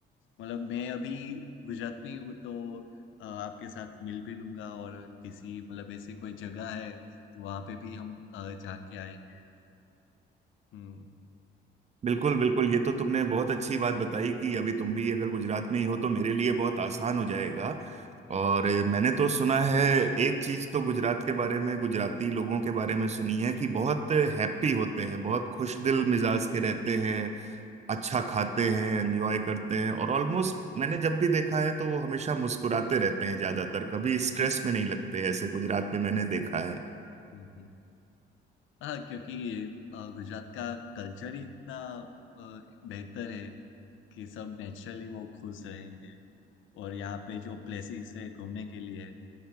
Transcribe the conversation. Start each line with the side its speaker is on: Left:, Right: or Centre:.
Left: मतलब मैं अभी गुजरात में ही हूँ तो अ, आपके साथ मिल भी लूंगा और किसी मतलब ऐसे कोई जगह है तो वहाँ पे भी हम अ, जाके आएंगे हम्म
Right: बिल्कुल बिल्कुल ये तो तुमने बहुत अच्छी बात बताई कि अभी तुम भी अगर गुजरात में ही हो तो मेरे लिए बहुत आसान हो जाएगा
Left: अ,
Right: और अ, मैंने तो सुना है एक चीज तो गुजरात के बारे में गुजराती लोगों के बारे में सुनी है कि बहुत हैप्पी होते हैं बहुत खुश दिल मिजाज
Left: अ, अ,
Right: के रहते हैं अच्छा खाते हैं एंजॉय करते हैं और ऑलमोस्ट मैंने जब भी देखा है तो वो हमेशा मुस्कुराते रहते हैं ज्यादातर कभी स्ट्रेस में नहीं लगते ऐसे गुजरात में मैंने देखा
Left: अ,
Right: है
Left: हम्म, हाँ क्योंकि अ, गुजरात का कल्चर ही इतना अ, बेहतर है कि सब नेचुरली वो खुश रहेंगे और यहाँ पे जो प्लेसेस है घूमने के लिए